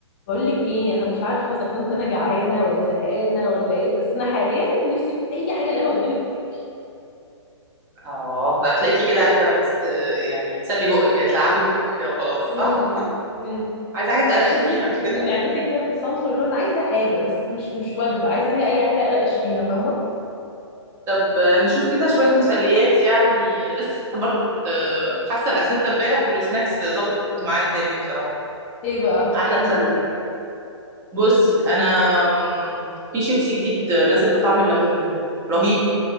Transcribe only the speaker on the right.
اه ده هتلاقيكي كده عايزه بس آه، يعني تسلي بقك كده تلعبي بقك كده وخلاص
صح
عايزه حاجه تقرقشي
فيها
مش كده
طب آه، نشوف كده شويه مسليات يعني لسه برضو كنت آه، حاسه الاحساس ده امبارح والسناكس ظبطت معايا الدنيا بصراحه
قعدت
اتسلى
بصي انا آم، في شيبسي جديد آه، نازل بطعم الليمون رهيب